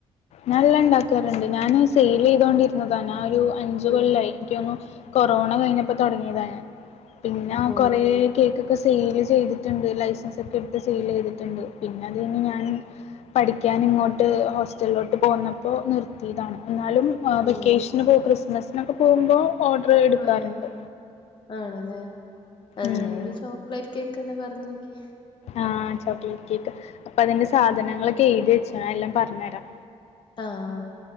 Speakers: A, on the left; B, on the left.
A: ഞ നല്ല ഉണ്ടാക്കാറുണ്ട് ഞാൻ സെയിൽ ചെയ്തോണ്ടിരുന്നതന്ന ആഹ് ഒരു അഞ്ച
B: ഉം
A: കൊല്ലായി എനിക്കൊന്നു കൊറോണ കഴിഞ്ഞപ്പോ തുടങ്ങിയതാണ് ഞൻ പിന്നെ
B: ഓഹ്
A: കൊറെ കേക്കൊക്കെ സെൽ ചെയ്തി ണ്ട് ലൈസൻസ് ഒക്കെ എടുത്ത് സെൽ ചെയ്തിട്ടുണ്ട് പിന്നെ അത് കഴിഞ് ഞാൻ പഠിക്കാന് ഇങ്ങോട്ട് ഹോസ് സ്റ്റലിലോട്ട് പോകുന്നപ്പോൾ നിർത്തിയതാണ് എന്നാലും
B: ഓഹ്
A: വെക്കേഷന് പോ ക്രിസ്മസിനൊക്കെ പോകുമ്പോൾ ഓർഡർ എടുക്കാറുണ്ട്
B: ആഹ് ആണല്ലേ എന്നാ
A: ഉം
B: ഒരു ചോക്ലേറ്റ് കേക്ക് തന്നെ പറഞ്ഞക്ക്
A: ആഹ് ചോക്ലേറ്റ് കേക്ക് അപ്പൊ അതിന്റെ സാധനങ്ങളൊക്കെ
B: ഉം
A: എഴുതി വെച്ച എല്ലാം പറഞ്ഞരാം
B: ആഹ്